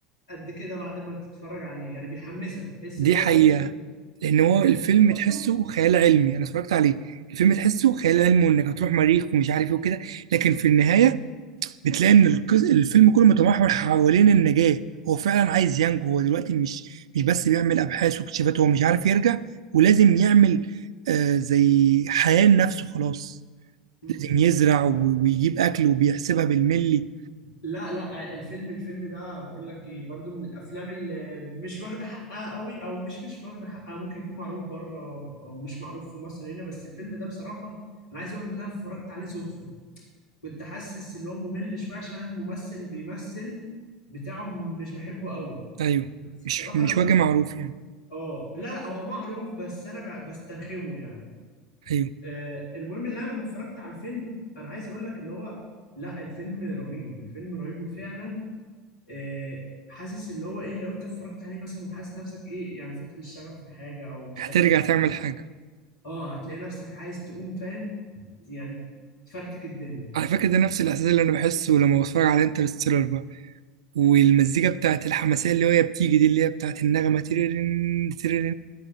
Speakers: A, on the left (about 70°); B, on the right (about 75°).
A: قد كده بعد ما تتفرج عليه يعني بيحمسك تحس
B: دي
A: اللي هو
B: حقيقه
A: ايه فك...
B: لان هو
A: انت
B: الفيلم
A: انت افتكرته؟
B: تحسه خيال علمي انا اتفرجت عليه الفيلم تحسه خيال علمي وانك هتروح مريخ ومش عارف ايه وكده لكن في النهايه بتلاقي ان القص- الفيلم كله متمحور حوالين النجاة هو فعلا عايز ينجو هو دلوقتي مش مش بس بيعمل ابحاث واكتشافات هو مش عارف يرجع ولازم يعمل آه زي حياة لنفسه خلاص
A: مم.
B: لازم يزرع و- ويجيب اكل وبيحسبها بالملي
A: لا لا الفيلم الفيلم ده بقول لك ايه برضو من الافلام اللي مش واخده حقها قوي او مش مش واخده حقها ممكن يكون معروف بره او مش معروف في مصر هنا بس الفيلم ده بصراحه انا عايز اقول لك ان انا اتفرجت عليه صدفه كنت حاسس ان هو ممل شويه عشان أنا الممثل اللي بيمثل بتاعه مش بحبه قوي
B: ايوه
A: بس
B: مش
A: بصراحه
B: مش
A: لما
B: وجه معروف يعني
A: اه لا لا هو معروف بس انا ب- بسترخمه يعني
B: ايوه
A: آه المهم ان انا لما اتفرجت على الفيلم انا عايز اقول لك اللي هو لا الفيلم رهيب الفيلم رهيب وفعلا آه، حاسس اللي هو ايه لو انت اتفرجت عليه مثلا وحاسس نفسك ايه يعني فقد الشغف في حاجه او مش
B: هترجع
A: عايز تعمل
B: تعمل
A: حاجه
B: حاجة
A: اه هتلاقي نفسك عايز تقوم فاهم يعني تفرتك الدنيا
B: على فكرة ده نفس الاحساس اللي انا بحسه لما بتفرج على انترستيلر بقى والمزيكا بتاعت الحماسية اللي هي بتيجي دي اللي هي بتاعت النغمة تيرين تيرين